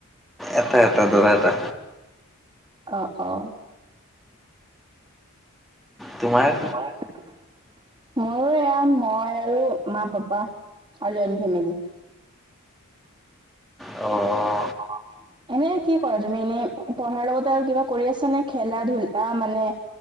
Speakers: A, in the centre; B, on the right (about 20°).
A: এটা এটা দাদা এটা।
B: অ', অ'।
A: তোমাৰ?
B: তোমাৰ? মোৰো এয়া মই আৰু মা, পাপা আৰু জইণ্ট ফেমিলি।
A: অ'।
B: <unintelligible> এনে কি কৰা তুমি? এনেই পঢ়াৰ লগতে আৰু কিবা কৰি আছ নে? খেলা ধূলা মানে